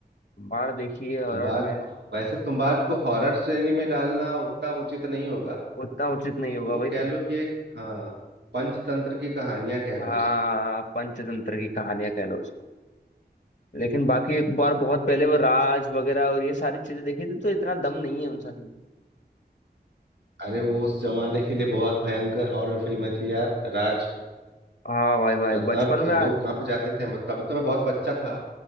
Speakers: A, on the left; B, on the right.
A: तुम्बाड़ देखिए हॉरर
B: तुम्बाड़
A: में
B: वैसे तुम्बाड़ को हॉरर श्रेणी में डालना उतना उचित नहीं होगा
A: उतना उचित नहीं होगा
B: वो
A: भाई
B: कह
A: तो
B: लो कि एक हाँ पंचतंत्र की कहानियां कह लो
A: हाँ
B: उसको
A: पंचतंत्र की कहानियां कह लो उसको लेकिन बाकी एक बार
B: है ना
A: बहुत पहले वो राज वगैरह और ये सारी चीजें देखी थी तो इतना दम नहीं है उन सारी में।
B: अरे वो उस जमाने के लिए बहुत भयंकर हॉरर फिल्में थी यार राज
A: हाँ भाई भाई
B: मतलब
A: बचपन में
B: लोग
A: आ-
B: कांप जाते थे मतलब तभी तो मैं बहुत बच्चा था